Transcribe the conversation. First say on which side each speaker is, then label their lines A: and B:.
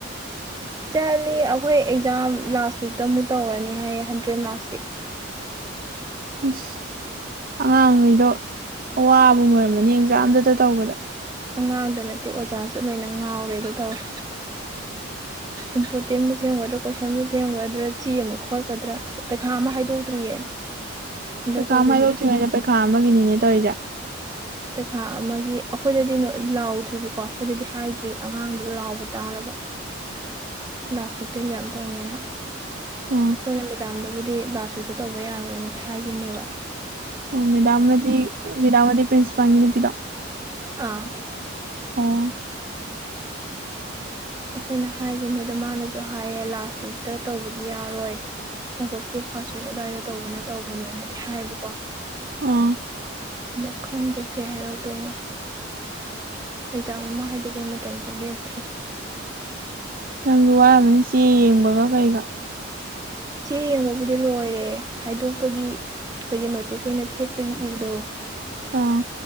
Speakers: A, on the right (about 20°); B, on the right (about 45°).
A: ꯆꯠꯂꯤ ꯑꯩꯈꯣꯏ ꯑꯦꯛꯖꯥꯝ ꯂꯥꯁ ꯋꯤꯛꯇ ꯑꯃꯨꯛ ꯇꯧꯔꯅꯤ ꯍꯥꯏꯌꯦ ꯍꯟꯗ꯭ꯔꯦꯗ ꯃꯥꯔꯛꯁꯀꯤ
B: ꯑꯁ ꯑꯉꯥꯡꯉꯩꯗꯣ ꯑꯋꯥꯕ ꯑꯣꯏꯔꯝꯃꯅꯤ ꯑꯦꯛꯖꯥꯝꯗꯨꯇ ꯇꯧꯕꯗ
A: ꯑꯉꯥꯡꯗ ꯅꯠꯇꯦ ꯑꯣꯖꯥꯁꯨ ꯂꯣꯏꯅ ꯉꯥꯎꯔꯦꯗ ꯇꯧꯋꯦ ꯏꯝꯄꯣꯔꯇꯦꯟꯕꯨ ꯁꯦꯝꯒꯗ꯭ꯔꯥ ꯀꯣꯏꯁꯟꯕꯨ ꯁꯦꯝꯒꯗ꯭ꯔꯥ ꯆꯦ ꯑꯃꯨꯛ ꯈꯣꯠꯀꯗ꯭ꯔꯥ ꯄꯩꯈꯥ ꯑꯃ ꯍꯥꯏꯗꯣꯛꯇ꯭ꯔꯤꯌꯦ ꯍꯟꯗꯛ
B: ꯄꯩꯈꯥ
A: ꯇꯧꯈꯤꯕꯗꯣ
B: ꯍꯥꯏꯥꯏꯗꯣꯛꯇ꯭ꯔꯤꯉꯩꯗ ꯄꯩꯈꯥ ꯑꯃꯒꯤꯅꯤꯅꯦ ꯇꯧꯔꯤꯁꯦ
A: ꯄꯩꯈꯥ ꯑꯃꯒꯤ ꯑꯩꯈꯣꯏꯗꯗꯤ ꯂꯥꯎꯗ꯭ꯔꯤꯕꯀꯣ ꯑꯩꯈꯣꯏꯗꯗꯤ ꯍꯥꯏꯗ꯭ꯔꯤ ꯑꯉꯥꯡꯗꯨ ꯂꯥꯎꯕ ꯇꯥꯔꯕ ꯂꯥꯁ ꯋꯤꯛꯇ ꯍ ꯌꯥꯝ ꯇꯧꯅꯤꯅ
B: ꯑ
A: ꯑꯩꯈꯣꯏꯅ ꯃꯦꯗꯥꯝꯗꯕꯨꯗꯤ ꯂꯥꯁ ꯋꯤꯛꯇ ꯇꯧꯕ ꯌꯥꯔꯣꯏꯅꯗꯤ ꯍꯥꯏꯈꯤꯅꯦꯕ
B: ꯑꯣ ꯃꯦꯗꯥꯝꯗꯤ ꯃꯦꯗꯥꯝꯗꯤ ꯄ꯭ꯟꯁꯤꯄꯥꯜꯅꯤ ꯅꯨꯄꯤꯗꯣ
A: ꯑꯥ
B: ꯑꯣ
A: ꯑꯩꯈꯣꯏꯅ ꯍꯥꯏꯒꯅꯤ ꯑꯗꯣ ꯃꯥꯅꯁꯨ ꯍꯥꯏꯌꯦ ꯂꯥꯁ ꯋꯤꯛꯇ ꯇꯧꯕꯗꯤ ꯌꯥꯔꯣꯏ ꯑꯣꯒꯁꯀꯤ ꯐꯥꯔꯁ ꯋꯤꯛ ꯑꯗꯨꯋꯥꯏꯗ ꯇꯧꯕꯅ ꯇꯧꯕꯅꯦꯅꯗꯤ ꯍꯥꯏꯌꯦꯕꯀꯣ
B: ꯑꯥ
A: ꯅ ꯈꯪ ꯗꯦꯈꯦ ꯍꯥꯏꯔꯛ ꯇꯣꯏꯩꯅꯣ ꯑꯦꯛꯖꯥꯝ ꯑꯃ ꯍꯥꯏꯗꯣꯛꯄꯩ ꯃꯇꯝꯁꯨ ꯂꯦꯞꯇ꯭ꯔꯤ
B: ꯅꯪꯁꯨ ꯋꯥꯔꯕꯅꯤ ꯆꯦ ꯌꯦꯡꯕꯒ ꯀꯩꯒ
A: ꯆꯦ ꯌꯦꯡꯕꯕꯨꯗꯤ ꯂꯣꯏꯔꯦ ꯍꯥꯏꯗꯣꯛꯄꯒꯤ ꯑꯩꯈꯣꯏꯒꯤ ꯅꯣꯇꯤꯁ ꯑꯣꯏꯅ ꯊꯦꯠꯄꯒꯤ ꯏꯕꯗꯣ
B: ꯑꯥ